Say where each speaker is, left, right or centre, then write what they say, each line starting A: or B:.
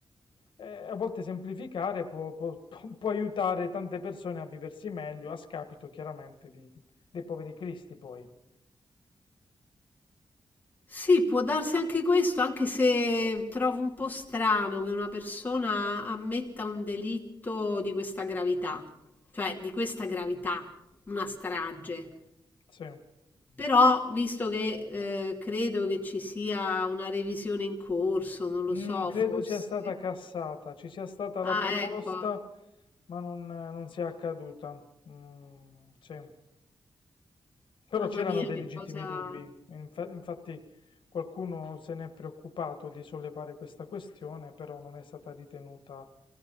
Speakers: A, on the left; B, on the left.
A: eh, a volte semplificare può, può- <laughs> può aiutare tante persone a viversi meglio, a scapito chiaramente di- dei poveri cristi poi.
B: Sì, può darsi anche questo, anche se trovo un po' strano che una persona ammetta un delitto di questa gravità, cioè di questa gravità, una strage.
A: Sì.
B: Però, visto che eh, credo che ci sia una revisione in corso, non lo
A: Mm,
B: so,
A: credo
B: forse.
A: sia stata cassata, ci sia stata
B: Ah,
A: la proposta,
B: ecco,
A: ma non, non sia accaduta. Mm, sì. Però
B: mamma
A: c'erano
B: mia,
A: dei
B: che
A: legittimi
B: cosa.
A: dubbi, infa- infatti qualcuno se n'è preoccupato di sollevare questa questione, però non è stata ritenuta...